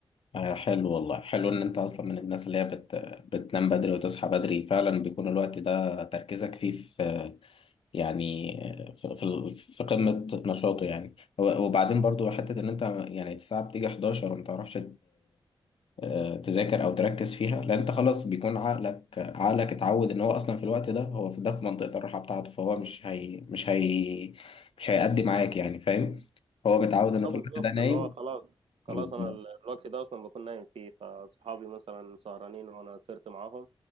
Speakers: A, on the left; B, on the right.
A: آه، حلو والله حلو إن أنت أصلا من الناس اللي هي بت... بتنام بدري وتصحى بدري فعلا بيكون الوقت ده تركيزك فيه في يعني في, في في قمة نشاطه يعني و- وبعدين برضو حتة إن أنت يعني الساعة بتيجي 11 وما تعرفش آه، تذاكر او تركز فيها لان انت خلاص بيكون عقلك عقلك اتعود ان هو اصلا في الوقت ده هو في ده في منطقة الراحة بتاعته فهو مش هي مش هي مش هيأدي معاك يعني فاهم هو متعود انه
B: اه
A: في
B: بالظبط
A: الوقت ده نايم
B: اللي هو خلاص خلاص
A: بالظبط
B: انا ال- الوقت ده اصلا بكون نايم فيه فاصحابي مثلا سهرانين وانا سهرت معاهم